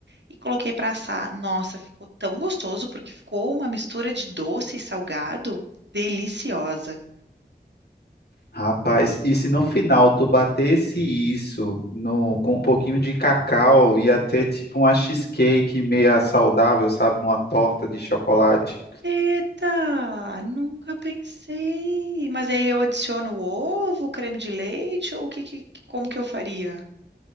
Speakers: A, on the right; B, on the left.
A: e coloquei para assar. Nossa, ficou tão gostoso porque ficou uma mistura de doce e salgado deliciosa.
B: Rapaz, e se no final tu batesse isso no, com um pouquinho de cacau, ia ter tipo uma cheesecake meia saudável, sabe? Uma torta de chocolate.
A: Eita, nunca pensei. Mas aí eu adiciono ovo, creme de leite ou o que, que- como que eu faria?